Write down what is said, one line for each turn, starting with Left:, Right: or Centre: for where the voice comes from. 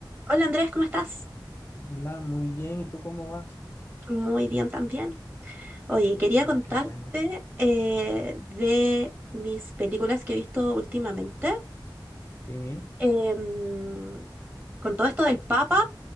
Right: Hola Andrés, ¿cómo estás?
Left: Hola, muy bien. ¿Y tú cómo vas?
Right: Muy bien también. Oye, quería
Left: Ah,
Right: contarte
Left: qué bueno.
Right: eh, de mis películas que he visto últimamente.
Left: Sí.
Right: Em, con todo esto del Papa,